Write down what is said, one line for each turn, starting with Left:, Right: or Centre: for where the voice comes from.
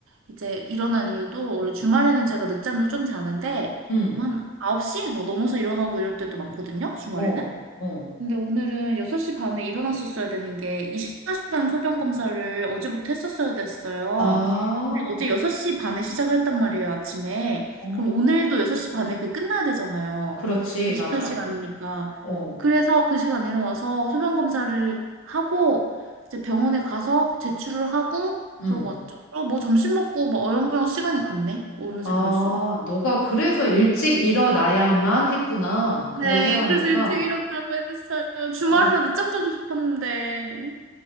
Right: 이제 일어난 이유도 원래 주말에는 제가 늦잠을 좀 자는데,
Left: 응,
Right: 그럼 한 9시 막 넘어서 일어나고 이럴 때도 많거든요, 주말에는.
Left: 어, 어.
Right: 근데 오늘은 6시 반에 일어났었어야 되는 게 24시간 소변 검사를 어제부터 했었어야 됐어요.
Left: 아,
Right: 근데 어제 6시 반에 시작을 했단 말이에요, 아침에.
Left: 어.
Right: 그럼 오늘도 6시 반에 그게 끝나야 되잖아요.
Left: 그렇지,
Right: 24시간이니까.
Left: 맞아. 어,
Right: 그래서 그 시간에 일어나서 소변 검사를 하고 이제 병원에 가서 제출을 하고
Left: 음.
Right: 그러고 왔죠. 그리고 뭐 점심 먹고 뭐 어영부영 시간이 갔네. 어느새
Left: 아,
Right: 벌써.
Left: 너가 그래서 일찍 일어나야만 했구나. 그걸
Right: 네,
Left: 해야 하니까.
Right: 그래서 일찍 일어나고 했어요. 주말이라
Left: 아,
Right: 늦잠 자고 싶었는데.